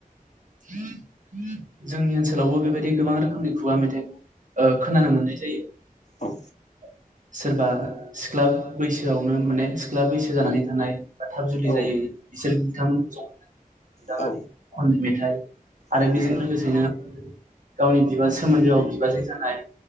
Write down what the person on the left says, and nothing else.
औ
औ
औ
उम